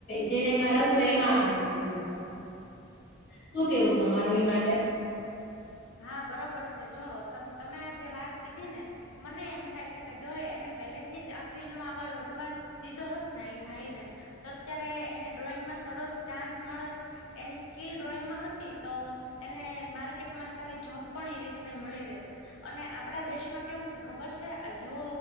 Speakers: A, on the left; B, on the left.
A: જેને એમાં રસ હોય એમાં આગળ નથી વધી શકતા શું કેવું તમારું એ માટે
B: હા બરોબર છે જો ત તમે આ જે વાત કીધી ને મને એમ થાય છે કે જો એ અને પહેલેથી જ આ ફિલ્ડમાં આગળ વધવા દીધો હોત ને એ ભાઈને તો અત્યારે એને ડ્રોઈંગમાં સરસ ચાન્સ મળત એની સ્કીલ ડ્રોઈંગમાં હતી તો એને માર્કેટ માં સારી જોબ પણ એ રીતને મળી રત અને આપડા દેશમાં કેવું છે ખબર છે આ જેવ